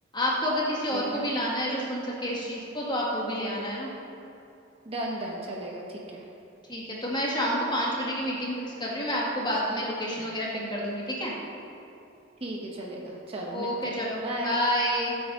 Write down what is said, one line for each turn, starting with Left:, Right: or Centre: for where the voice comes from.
Left: आपको अगर किसी और
Right: ठीक है
Left: को भी लाना है जो सुन सके इस चीज को तो आप वो भी ले आना है ना
Right: डन डन चलेगा ठीक है
Left: ठीक है तो मैं शाम को पांच बजे की मीटिंग फिक्स कर रही हूँ मैं आपको बाद में लोकेशन वगैरह पिंग कर दूंगी ठीक है
Right: ठीक है चलेगा चलो मिलते
Left: ओके
Right: हैं
Left: चलो
Right: बाय
Left: बाय